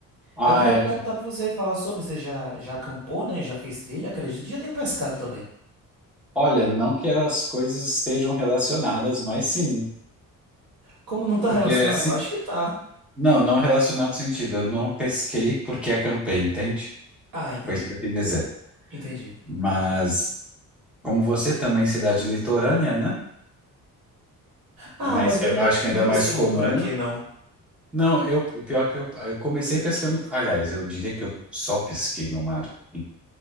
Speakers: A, in the centre; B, on the right.
A: Ah,
B: Aí Eu queria
A: é.
B: perguntar pra você, falar sobre, você já, já acampou, né? Já fez trilha? Acredito que já tem pescado também.
A: Olha, não que as coisas estejam relacionadas, mas sim.
B: Como não tá relacionado?
A: Porque é se...
B: Acho que tá.
A: Não, não relacionado no sentido. Eu não pesquei porque acampei, entende?
B: Ah, entendi,
A: Foi isso que eu quis dizer.
B: entendi.
A: Mas, como você também, é cidade litorânea, né?
B: Ah,
A: Mas
B: mas
A: é,
B: eu, eu
A: acho que
B: não
A: ainda é
B: pesquei
A: mais comum.
B: muito por aqui, não.
A: Não, eu, pior que eu, eu comecei pescando. Aliás, eu diria que eu só pesquei no mar. E-